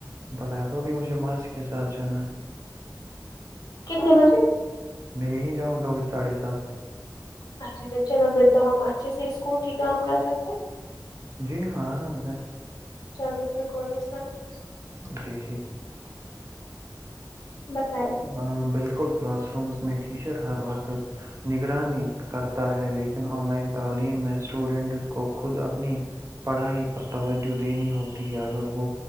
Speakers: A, on the right; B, on the left.
A: بتایا تو ابھی مجھے ماسی کے ساتھ جانا ہے
B: کتنے بجے
A: میں یہیں جاؤں گا کوئی ساڑھے ساتھ
B: اچھا اچھا چلو پھر تو ہم اچھے سے اسکول کے کام کر سکتے ہیں
A: جی ہاں آرام سے
B: چلو پھر کوئی مسئلہ نہیں
A: جی جی
B: بتائے
A: ہاں بالکل کلاس رومز میں ٹیچر ہر وقت نگرانی کرتا ہے لیکن آن لائن تعلیم میں اسٹوڈنٹس کو خود اپنی پڑھائی پر توجہ دینی ہوتی ہے اگر وہ